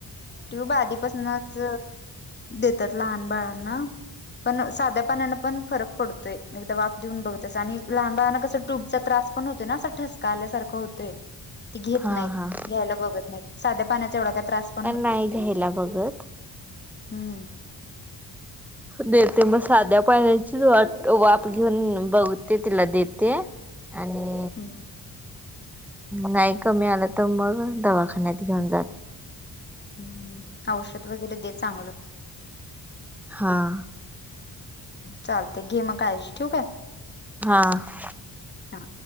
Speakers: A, on the left; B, in the centre.
A: ट्यूब आधीपासनच देतात लहान बाळांना. पण साध्या पानान पण फरक पडतोय एकदा वाफ देऊन बघतस आणि लहान बाळाना कस ट्यूबचा त्रास पण होते ना असं ठसका आल्यासारखं होतय. ती घेत
B: हा
A: नाहीत,
B: हा
A: घ्यायला बघत नाही, साध्या पाण्याचा एवढा काय त्रास पण होत
B: नाही घ्यायला बघत.
A: हम्म.
B: देते मग साध्या पाण्याची वाट वाफ घेऊन बघते तिला देते आणि
A: हम्म
B: नाही कमी आलं तर मग दवाखान्यात घेऊन जाते.
A: हम्म औषध वगैरे दे चांगलं.
B: हां.
A: चालतय घे मग काळजी ठिवकाय.
B: हां.
A: हा